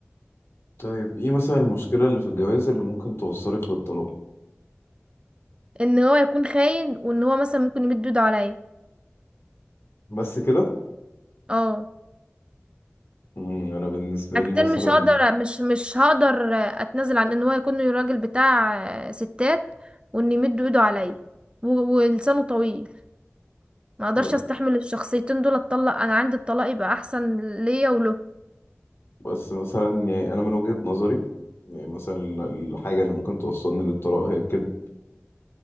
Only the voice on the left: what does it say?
طيب ايه مثلا المشكلة اللي في الجواز اللي ممكن توصلك للطلاق
بس كده
مم، انا بالنسبة
لي مثلا
أنا
بس مثلا يعني انا من وجهة نظري يعني مثلا الحاجة اللي ممكن توصلني للطلاق هي الكذب